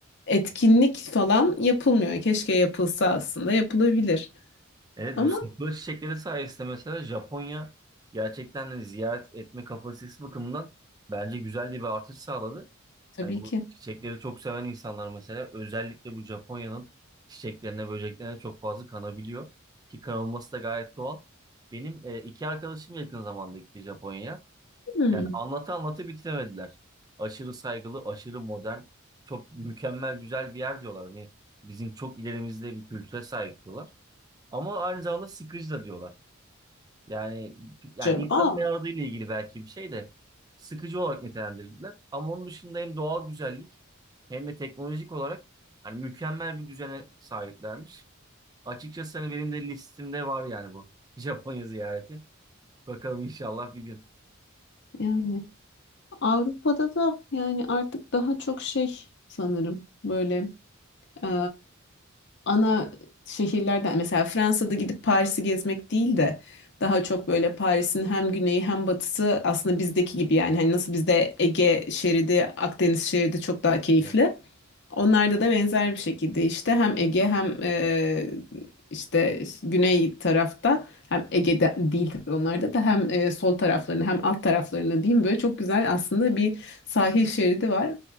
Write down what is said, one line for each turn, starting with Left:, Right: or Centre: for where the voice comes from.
Left: etkinlik falan yapılmıyor. Keşke yapılsa aslında yapılabilir.
Right: Evet
Left: Ama
Right: bu sakura çiçekleri sayesinde mesela Japonya gerçekten de ziyaret etme kapasitesi bakımından bence güzel de bir artış sağladı.
Left: tabii
Right: Hani bu
Left: ki.
Right: çiçekleri çok seven insanlar mesela özellikle bu Japonya'nın çiçeklerine, böceklerine çok fazla kanabiliyor. Ki kanılması da gayet doğal. Benim e, iki arkadaşım yakın zamanda gitti Japonya'ya.
Left: Hmm.
Right: Yani anlatı anlatı bitiremediler. Aşırı saygılı, aşırı modern, çok mükemmel güzel bir yer diyorlar. Hani bizim çok ilerimizde bir kültüre sahip diyorlar. Ama aynı zamanda sıkıcı da diyorlar. Yani yani
Left: Ca-
Right: insanın
Left: Aa,
Right: ne aradığıyla ilgili belki bir şey de sıkıcı olarak nitelendirdiler. Ama onun dışında hem doğal güzellik hem de teknolojik olarak hani mükemmel bir düzene sahiplermiş. Açıkçası hani benim de listemde var yani bu <laughs> Japonya ziyareti. Bakalım inşallah bir gün.
Left: yani Avrupa'da da yani artık daha çok şey sanırım böyle Ee, ana şehirlerden mesela Fransa'da gidip Paris'i gezmek değil de daha çok böyle Paris'in hem güneyi hem batısı aslında bizdeki gibi yani hani nasıl bizde Ege şeridi, Akdeniz şeridi çok daha keyifli.
Right: <laughs>
Left: Onlarda da benzer bir şekilde işte hem Ege hem e, işte güney tarafta hem Ege'de değil tabii onlarda da hem e, sol taraflarını hem alt taraflarını diyeyim böyle çok güzel aslında bir sahil şeridi var.